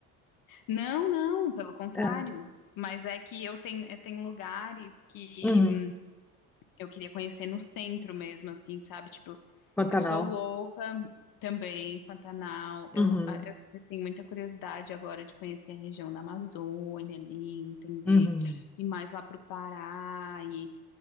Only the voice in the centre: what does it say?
É.
Uhum.
Pantanal.
Uhum,
uhum.